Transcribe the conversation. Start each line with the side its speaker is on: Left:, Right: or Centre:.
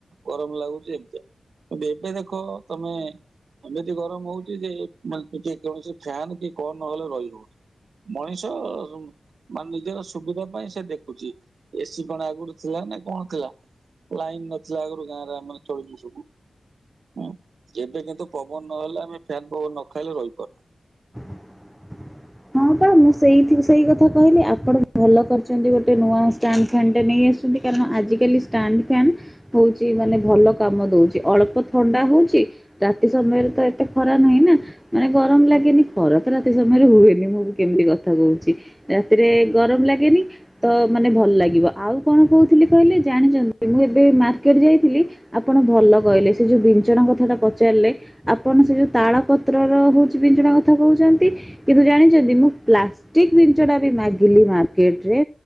Right: ଗରମ ଲାଗୁଛି ଏମତିଆ କିନ୍ତୁ ଏବେ ଦେଖ ତମେ ଏମିତି ଗରମ ହଉଛି ଯେ କୌଣସି ଫ୍ୟାନ୍ କି କଣ ନହେଲେ ରହିହଉନି। ମଣିଷ ସବୁ ମାନେ ନିଜର ସୁବିଧା ପାଇଁ ସେ ଦେଖୁଛି ଏସି କଣ ଆଗରୁ ଥିଲା ନା କଣ ଥିଲା। ଲାଇନ ନଥିଲା ଆଗରୁ ଗାଁରେ ଆମେ ଚଳଛୁ ସବୁ ହଁ ଏବେ କିନ୍ତୁ ପବନ ନହେଲେ ଆମେ ଫ୍ୟାନ ପବନ ନ ଖାଇଲେ ରହିପାରୁନୁ।
Centre: <inaudible> ମୁଁ ସେଇଥି ସେଇ କଥା କହିଲି ଆପଣ ଭଲ କରିଛନ୍ତି ଗୋଟେ ନୂଆ ଷ୍ଟାଣ୍ଡ ଫ୍ୟାନ ଟେ ନେଇ ଆସିଛନ୍ତି କାରଣ ଆଜି କାଲି ଷ୍ଟାଣ୍ଡ ଫାନ ହଉଛି ମାନେ ଭଲ କାମ ଦଉଛି ଅଳ୍ପ ଥଣ୍ଡା ହୋଉଛି ତା ରାତି ସମୟରେ ତ ଏତେ ଖରା ନାହିଁ ନା ମାନେ ଗରମ ଲାଗେନି ଖରା ତ ରାତି ସମୟରେ ହୁଏନି ମୁଁ ବି କେମତି କଥା କହୁଛି ରାତିରେ ଗରମ ଲାଗେନି ତ ମାନେ ଭଲ ଲାଗିବ। ଆଉ କଣ କହୁଥିଲି ଥିଲି କହିଲେ ଜାଣିଚନ୍ତି ମୁଁ ଏବେ ମାର୍କେଟ ଯାଇଥିଲି ଆପଣ ଭଲ କହିଲେ ସେ ଯୋଉ ବିଞ୍ଚଣା କଥାଟା ପଚା ଚାରିଲେ ଆପଣ ସେ ଯେଉଁ ତାଳ ପତ୍ରର ହେଉଛି ବିଞ୍ଚଣା କଥା କହୁଛନ୍ତି କିନ୍ତୁ ଜାଣିଛନ୍ତି ମୁଁ ପ୍ଲାଷ୍ଟିକ ବିଞ୍ଚଣା ବି ମାଗିଲି ମାର୍କେଟ ରେ